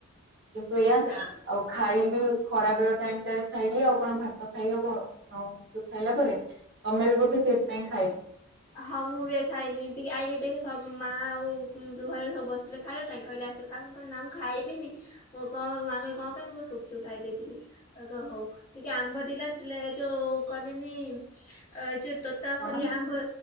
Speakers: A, on the right (about 50°); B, on the left (about 20°).
A: କିନ୍ତୁ ଏୟା
B: ଯାଉ।
A: ଆଉ ଖାଇଲି ଖରା ବେଳ ଟାଇମ ଟାରେ ଖାଇଲି ଆଉ କଣ ଭାତ ଖାଇ ହବ ଗୁପଚୁପ ଖାଇଲା ପରେ। ତମେ ବି ବଧେ ସେଇଥିପାଇଁ ଖାଇ
B: ହଁ ମୁଁ ବିଏ ଖାଇଲିି ଟିକେ ଆଇଲି ଦେଖେ ସ ମାଆ ଆଉ ଯୋଉ ଘରେ ସବୁ ବସିଥିଲେ ଖାଇବା ପାଇଁ କହିଲେ ଆସ ଖାଇ ମୁଁ କ ନା ମୁଁ ଖାଇବିନି ମୋ କ ମା କହିଲେ କଣ ପାଇଁ ମୁଁ ଚୁପଚୁପ୍ ଖାଇ ଦେଇଥିଲି। ଆ ହଉ ଟିକେ ଆମ୍ବ ଦିଲା ଥିଲା ଯୋଉ କହିଲେନି ଆ ଯୋଉ ତେ ତୋତାଫାଲି
A: କଣ
B: ଆମ୍ବ